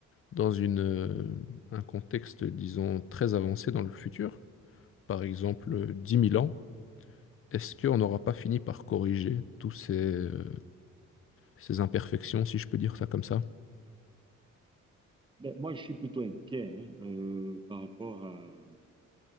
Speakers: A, on the left; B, on the right.
A: dans une, euh, un contexte, disons, très avancé dans le futur, par exemple
B: Mhm.
A: euh, 10 000 ans, est-ce qu'on n'aura pas fini par corriger tous ces, euh, ces imperfections, si je peux dire ça comme ça?
B: Ben, moi, je suis plutôt inquiet hein, euh, par rapport à,